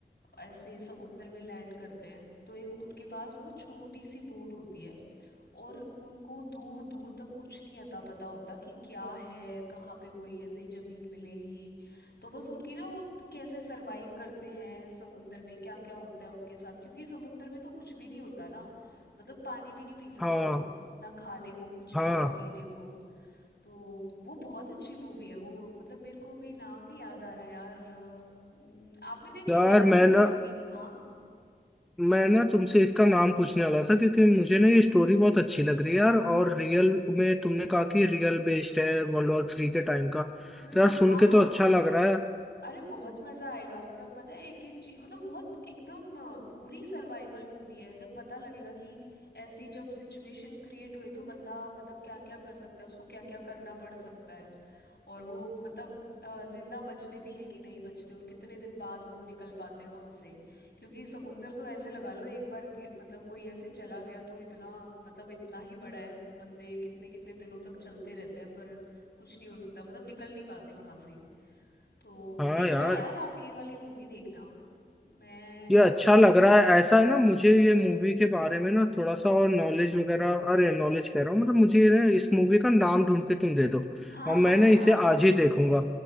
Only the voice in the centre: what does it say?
हाँ
हाँ
यार
मैं
ना
मैं ना तुमसे इसका नाम पूछने वाला था क्योंकि मुझे ना ये स्टोरी बहुत अच्छी लग रही है यार और रियल में तुमने कहा कि रियल बेस्ड है वर्ल्ड वॉर थ्री के टाइम का
तो यार सुन
के
तो अच्छा लग रहा है
हाँ
यार
ये अच्छा लग रहा है ऐसा है ना मुझे ये मूवी के बारे में ना थोड़ा सा और नॉलेज वगैरह अरे नॉलेज कह रहा हूँ मतलब मुझे ना इस मूवी का नाम ढूंढ के तुम दे दो
और
मैं ना
इसे आज ही देखूंगा